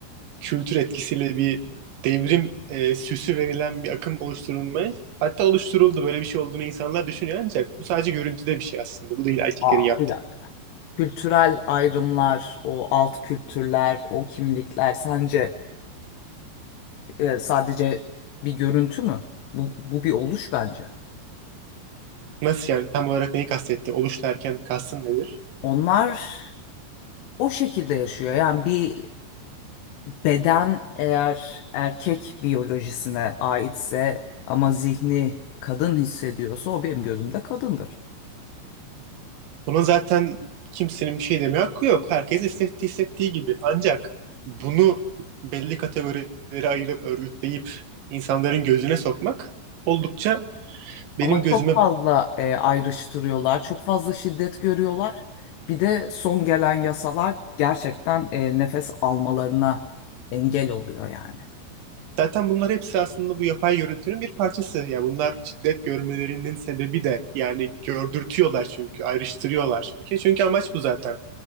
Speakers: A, on the right; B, on the left.
A: kültür etkisiyle bir devrim e, süsü verilen bir akım oluşturulmaya hatta oluşturuldu böyle bir şey olduğunu insanlar düşünüyor ancak bu sadece görüntüde bir şey aslında. Bu değil erkeklerin
B: Aa
A: yaptığı.
B: bir dakika. Kültürel ayrımlar, o alt kültürler, o kimlikler sence e, sadece bir görüntü mü? Bu, bu bir oluş bence.
A: Nasıl yani tam olarak neyi kastettin? Oluş derken kastın nedir?
B: Onlar o şekilde yaşıyor. Yani bir beden eğer erkek biyolojisine aitse ama zihni kadın hissediyorsa o benim gözümde kadındır.
A: Buna zaten kimsenin bir şey demeye hakkı yok. Herkes hissettiği hissettiği gibi. Ancak bunu belli kategorilere ayırıp örgütleyip insanların gözüne sokmak oldukça benim
B: Ama
A: gözüme
B: çok fazla e, ayrıştırıyorlar, çok fazla şiddet görüyorlar. Bir de son gelen yasalar gerçekten e, nefes almalarına engel oluyor yani.
A: Zaten bunlar hepsi aslında bu yapay görüntünün bir parçası. Yani bunlar şiddet görmelerinin sebebi de yani gördürtüyorlar çünkü, ayrıştırıyorlar çünkü. Çünkü amaç bu zaten.